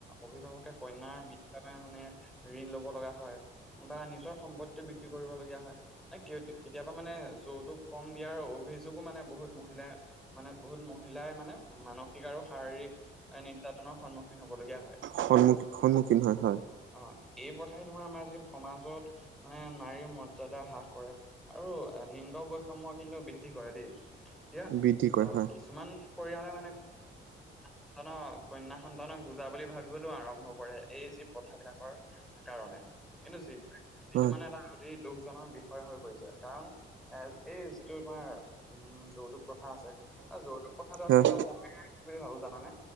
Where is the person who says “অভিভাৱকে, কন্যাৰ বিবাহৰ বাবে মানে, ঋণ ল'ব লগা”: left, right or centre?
Centre